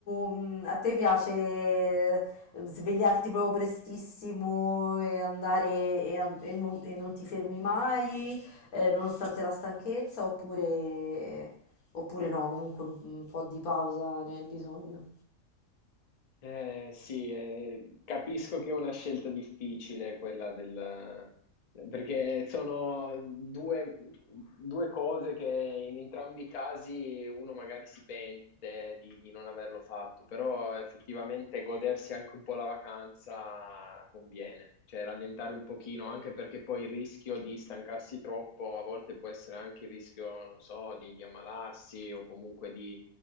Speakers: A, on the left (about 80°); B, on the left (about 40°).
A: mh, a te piace eh, svegliarti proprio prestissimo e andare e, an- e non, e non ti fermi mai, eh, nonostante la stanchezza, oppure, oppure no, comunque un po' di pausa ne hai bisogno.
B: Eh, sì, eh, capisco che è una scelta difficile quella del... perché sono due, due cose che in entrambi i casi uno magari si pente di, di non averlo fatto, però effettivamente godersi anche un po' la vacanza conviene, cioè rallentare un pochino, anche perché poi il rischio di stancarsi troppo a volte può essere anche il rischio, non so, di, di ammalarsi o comunque di